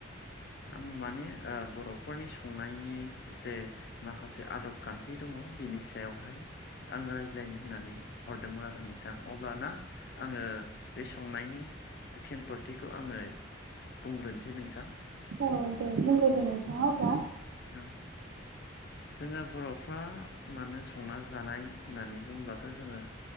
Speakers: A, on the left; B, on the right.
A: आं माने बर'फोरनि संनायनि जे माखासे आदब खान्थि दङ बिनि सायावहाय आङो रायज्लायनो होननानै हरदोंमोन आरो नोंथां अब्लाना आङो बे संनायनि खेंफोथिखौ आङो बुंग्रोनोसै नोंथां
B: औ दे बुंग्रोदो नोंथाङा अब्ला
A: ओं जोङो बर'फ्रा मानो संना जानाय होननानै बुङोबथ' जोङो